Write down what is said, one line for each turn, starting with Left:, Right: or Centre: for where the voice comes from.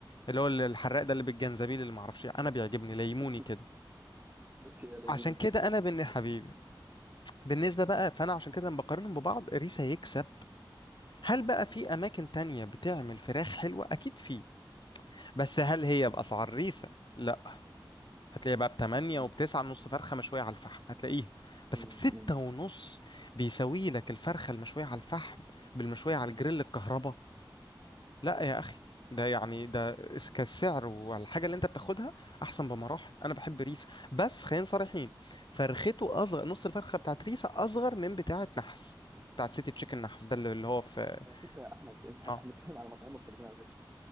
Left: اللي هو الحراق ده اللي بالجنزبيل اللي معرفش إيه. انا بيعجبني ليموني
Right: <laughs>
Left: كده
Right: اوكي يلا
Left: عشان
Right: قول انت
Left: كده انا بن حبيبي بالنسبة بقى فأنا عشان كده لما بقارنهم ببعض ريسا يكسب هل بقى
Right: مم.
Left: في أماكن تانية بتعمل فراخ حلوة؟ أكيد في بس هل هي بأسعار ريسا؟ لا هتلاقيها بقى بتمانية
Right: مم.
Left: وبتسعة نص فرخة مشوية على الفحم هتلاقيها
Right: مم.
Left: بس بستة
Right: مم.
Left: ونص بيساوي لك الفرخة المشوية على الفحم بالمشوية على
Right: مم.
Left: الجريل الكهرباء لا يا اخي ده يعني ده اس- كالسعر والحاجه اللي انت بتاخدها احسن بمراحل انا بحب ريسه بس خلينا صريحين فرخته اصغر نص الفرخه بتاعت ريسه اصغر من بتاعه نحس بتاعت سيتي تشيكن نحس ده اللي اللي هو في
Right: على فكره يا احمد إن-
Left: اه
Right: احنا بنتكلم على مطاعم مختلفين على فكره